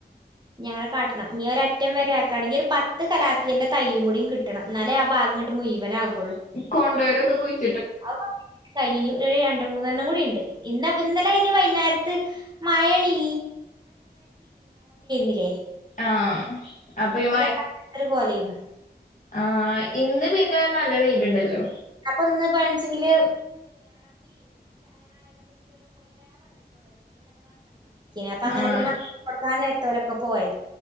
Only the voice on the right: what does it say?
ങ്ങനെ കാട്ടണം ഇനി ഒരറ്റം വരെ ആക്കുകയാണെങ്കിൽ ഒരു പത്ത് കലാത്തിന്റെ തയ്യും കൂടി കിട്ടണം എന്നാലെ ആ ഭാഗങ്ങട്ട് മുഴവനാകു
അ കഴിഞ്ഞ് രണ്ട് മൂന്നെണ്ണം കൂടി ഉണ്ട് ഇന്നപ്പ ഇന്നലെ അതിന് വൈന്നേരത്ത് മഴ അതിന് ഇല്ലേ
പറ്റാത്തൊരു <unintelligible>
ഇപ്പ ഇന്ന് പ കിന് അപ്പൊ അങ്ങനെ
പിന്ന <unintelligible> കൊടുക്കാൻ <unintelligible> ത്തോരൊക്കെ പോയത്